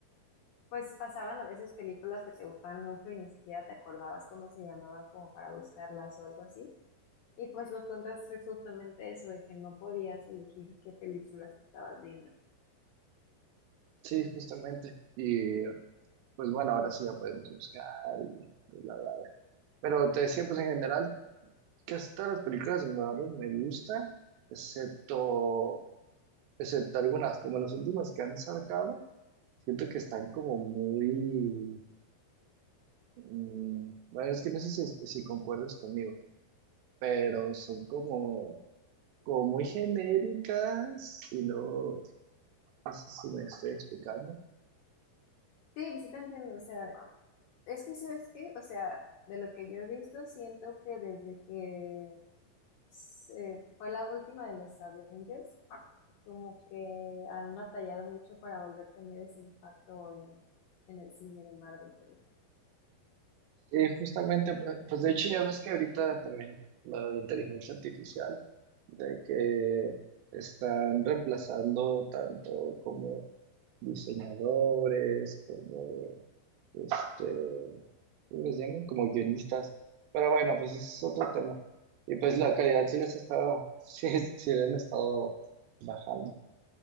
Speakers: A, on the left; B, on the right.
A: pues pasaban a veces películas que te gustaban mucho y ni siquiera te acordabas cómo se llamaban como para buscarlas o algo así. Y pues los contras es justamente eso de que no podías elegir qué películas estabas viendo.
B: Sí, justamente. Y Pues bueno, ahora sí ya podemos buscar y y bla, bla, bla. Pero te decía, pues en general, casi todas las películas de Marvel me gustan, excepto, excepto algunas, como las últimas que han sacado, siento que están como muy... mm, bueno, es que no sé si, si concuerdas conmigo, pero son como, como muy genéricas y no, no sé si me estoy explicando.
A: Sí, pues sí te entiendo, o sea, es que ¿sabes qué? O sea, de lo que yo he visto siento que desde que se- fue la última de los Avengers como que han batallado mucho para volver a tener ese impacto en, en el cine de Marvel, por ejemplo.
B: y justamente, pues, pues, de hecho ya ves que ahorita también la inteligencia artificial, de que están reemplazando tanto como diseñadores, como, este, ¿cómo les llaman? Como guionistas. Pero bueno, pues ese es otro tema. Y pues la calidad sí les ha estado, <laughs> sí, sí le han estado bajando.